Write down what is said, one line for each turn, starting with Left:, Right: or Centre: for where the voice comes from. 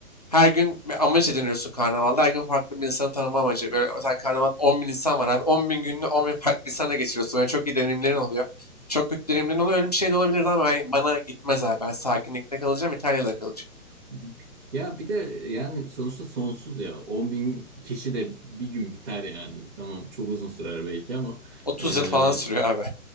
Left: Her gün bir amaç ediniyorsun karnavalda. Her gün farklı bir insanı tanıma amacı. Böyle sen karnavalda 10 bin insan var abi. 10 bin gününü 10 bin farklı insanla geçiriyorsun. Böyle çok iyi deneyimlerin oluyor. Çok kötü deneyimlerin oluyor. Öyle bir şey de olabilirdi ama ben- bana gitmez abi. Ben sakinlikte kalacağım, İtalya'da kalacağım.
Right: Hı hı. Ya bir de yani sonuçta sonsuz ya. 10 bin kişi de bir gün biter yani. Tamam çok uzun sürer belki ama
Left: 30
Right: e,
Left: yıl falan sürüyor abi.